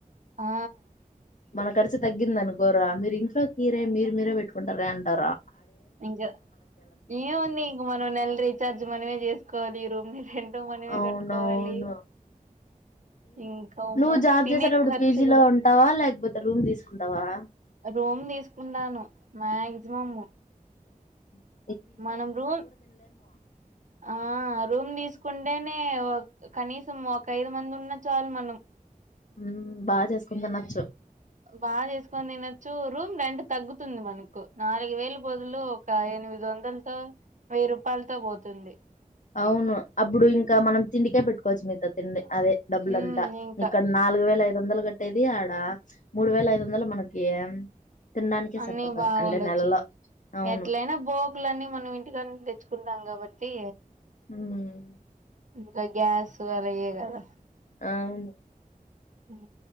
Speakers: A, on the right; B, on the left.
A: ఆ
B: మన ఖర్చు తగ్గింది అనుకోరా మీరు ఇంట్లో కీరే మీరు మీరే పెట్టుకుంటారే అంటారు
A: ఇంకా ఏముంది ఇంకా మన నెల రీచార్జ్ మనమే చేసుకోవాలి ఈ రూమ్ రెంట్ మనమే
B: అవునవును
A: కట్టుకోవాలి ఇంకా ఉమ్మ
B: నువ్వు జాబ్
A: తినే
B: చేసేటప్పుడు
A: ఖర్చు
B: పీజీలో
A: కూడా
B: ఉంటావా లేకపోతే రూమ్ తీసుకుంటావా?
A: రూమ్ తీసుకుంటాను మాక్సిమం
B: ఉ
A: మనం రూమ్ ఆ రూమ్ తీసుకుంట అంటేనే కనీసం ఒక ఐదు మంది ఉన్న చాలు మనం
B: ఉం బాగా చేసుకుందా నచ్చ
A: బాగా చేసుకొని తినొచ్చు రూమ్ రెంట్ తగ్గుతుంది మనకు నాలుగు వేలు బదులు ఒక ఎనిమిది వందలతో వెయ్యి రూపాయలతో పోతుంది
B: అవును అప్పుడు ఇంకా మనం తిండికే పెట్టుకోవచ్చు మిగతా తిండి అదే డబ్బులంతా
A: ఉమ్ ఇంకా
B: ఇక్కడ నాలుగు వేలు ఐదు వందలు కట్టేది ఆడ మూడు వేల ఐదు వందలు మనకి తినడానికే
A: అన్నీ
B: సరిపోతది
A: బాగుండొచ్చు
B: అంటే నెలలో అవును
A: ఎట్లయినా బోకుళ్ళన్నీ మనం ఇంటినిచ్చి తెచ్చుకుంటాం కాబట్టి
B: ఉమ్
A: ఇంకా గ్యాస్ అవియే కదా
B: అవును
A: హ్మ్మ్